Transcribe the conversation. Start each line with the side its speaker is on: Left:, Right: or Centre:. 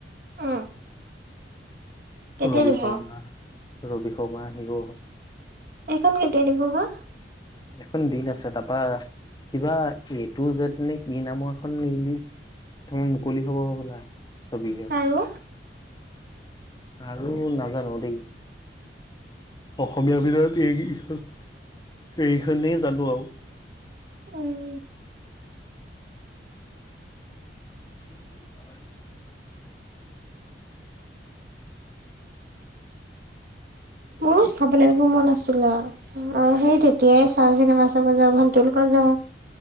Right: অ কেতিয়া
Left: ৰবি
Right: দিব?
Left: শৰ্মা ৰবি শৰ্মা হিৰো
Right: সেইখন কেতিয়া দিব বা
Left: এখন দিন আছে তাৰপা কিবা এ টু যেদ নে কি নামৰ এখন ৰিলি তোমাৰ মুকলি হ'ব হ'বলা চবি <unintelligible>
Right: আৰু?
Left: আৰু নাজানো দেই অসমীয়াৰ ভিতৰত এই কেইখন এইখনেই জানো আৰু
Right: উম
Left: <inaudible>
Right: মোৰো চাবলে যাব মন আছিলে অ সেই তেতিয়াই ভাল চিনেমা চাব যাও ভণ্টিৰ লগত যাওঁ